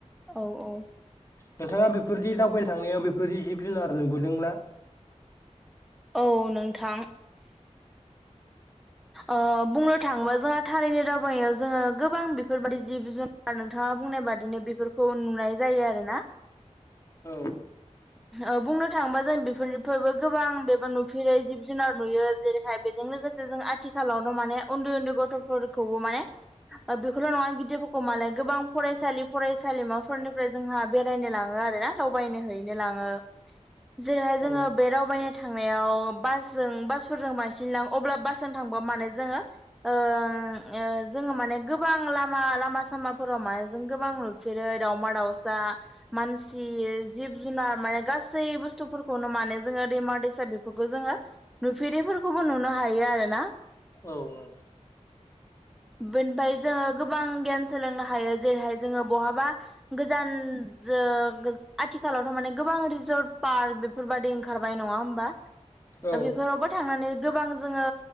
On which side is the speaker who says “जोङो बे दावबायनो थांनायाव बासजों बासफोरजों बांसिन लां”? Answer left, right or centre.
Centre